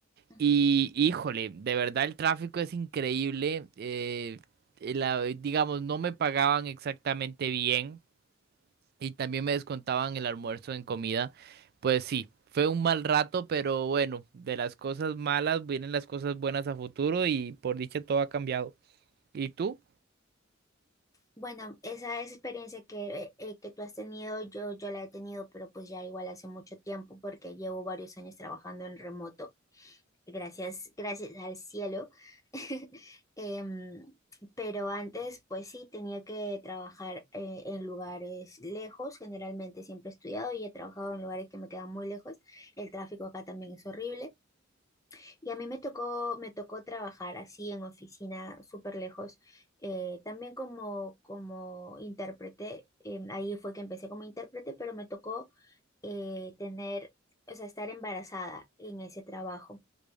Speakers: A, on the left (about 15°); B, on the right (about 50°).
A: Ujú.
B: Y híjole, de verdad el tráfico es increíble. eh, la- digamos, no me pagaban exactamente bien y también me descontaban el almuerzo en comida. Pues sí, fue un mal rato, pero bueno, de las cosas malas vienen las cosas buenas a futuro y por dicha todo ha cambiado. ¿Y tú?
A: Bueno, esa, esa experiencia que, eh, que tú has tenido, yo, yo la he tenido, pero pues ya igual hace mucho tiempo porque llevo varios años trabajando en remoto. gracias, gracias al cielo. <laughs> Em, pero antes, pues sí, tenía que trabajar eh, en lugares lejos. Generalmente siempre he estudiado y he trabajado en lugares que me quedan muy lejos. El tráfico acá también es horrible. Y a mí me tocó, me tocó trabajar así en oficina súper lejos. Eh, también como, como intérprete, em, ahí fue que empecé como intérprete, pero me tocó eh, tener, o sea, estar embarazada en ese trabajo.